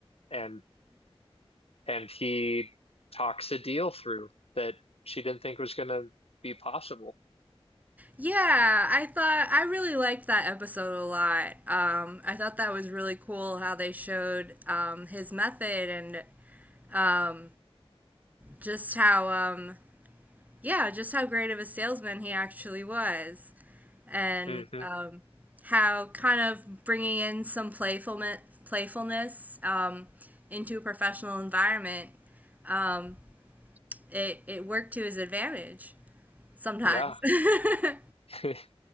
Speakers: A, on the left (about 70°); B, on the right (about 15°).
A: and and he talks a deal through that she didn't think was going to be possible.
B: Yeah, I thought I really liked that episode a lot. Um, I thought that was really cool how they showed um, his method and um, just how um, yeah, just how great of a salesman he actually was, and
A: Mm-hmm.
B: um, how kind of bringing in some playfulness playfulness um, into a professional environment um, it it worked to his advantage sometimes.
A: Yeah.
B: <laughs>
A: <laughs>